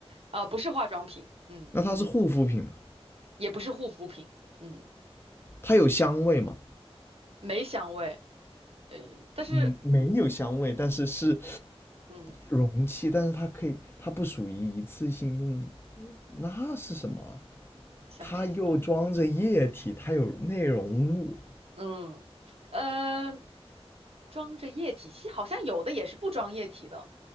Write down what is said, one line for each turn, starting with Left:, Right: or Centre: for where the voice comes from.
Right: 啊、不是化妆品，嗯，
Left: 那它是护肤品嘛？
Right: 也不是护肤品，嗯，
Left: 它有香味嘛？
Right: 没香味，呃，但是
Left: 嗯，没有香味，但是是
Right: 嗯，
Left: 容器，但是它可以，它不属于一次性用，那是什么啊
Right: 想想。
Left: 它又装着液体，它有内容物，
Right: 嗯，呃，装着液体，其实好像有的也是不装液体的，